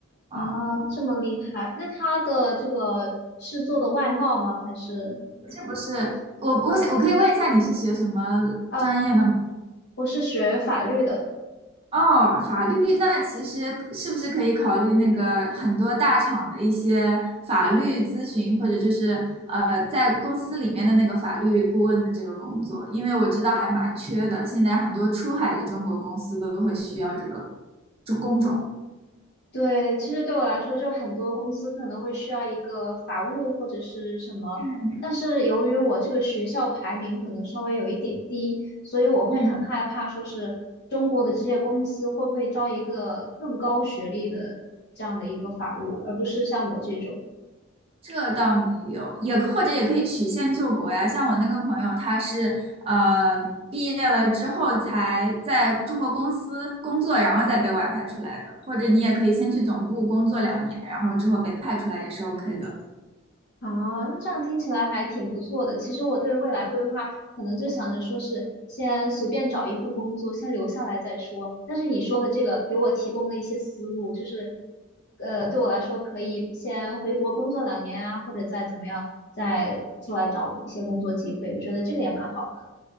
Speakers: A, on the right; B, on the left.
A: 嗯
B: 啊，这么厉害！那他的这个是做的外贸吗？还是
A: 这不是？我我想我可以问一下，你是学什么专业的吗？
B: 啊，我是学法律的。
A: 哦，法律，那其实是不是可以考虑那个很多大厂的一些法律咨询，或者就是呃，在公司里面的那个法律顾问的这个工作？因为我知道还蛮缺的，现在很多出海的中国公司都会需要这个种工种。
B: 对，其实对我来说，就很多公司可能会需要一个法务或者是什么，
A: 嗯
B: 但是由于我这个学校排名可能稍微有一点低，所以我会很害怕，
A: 嗯。
B: 说是中国的这些公司会不会招一个更高学历的这样的一个法务，而不是像我这种。
A: 这倒没有，也或者也可以曲线救国呀。像我那个朋友，他是呃毕业了之后才在中国公司工作，然后再被外派出来的。或者你也可以先去总部工作两年，然后之后被派出来也是 OK 的。
B: 啊，那这样听起来还挺不错的。其实我对未来规划可能就想着说是先随便找一份工作，先留下来再说。但是你说的这个给我提供了一些思路，就是呃，对我来说可以先回国工作两年啊，或者再怎么样，再出来找一些工作机会。我觉得这个也蛮好的。